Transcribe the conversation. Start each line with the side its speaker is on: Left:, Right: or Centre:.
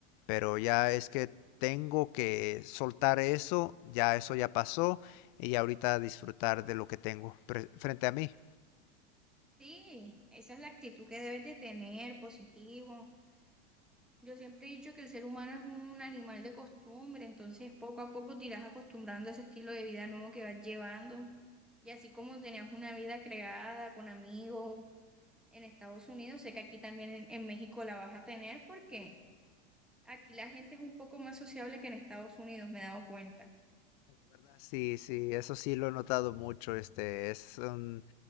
Left: pero ya es que tengo que soltar eso, ya eso ya pasó y ahorita disfrutar de lo que tengo pre- frente a mí.
Centre: Sí, esa es la actitud que debes de tener, positivo. Yo siempre he dicho que el ser humano es un animal de costumbre, entonces poco a poco te irás acostumbrando a ese estilo de vida nuevo que vas llevando. Y así como tenías una vida creada con amigos en Estados Unidos, sé que aquí también en en México la vas a tener porque Aquí la gente es un poco más sociable que en Estados Unidos, me he dado cuenta.
Left: ¿verdad? Sí, sí, eso sí lo he notado mucho. Este, es un,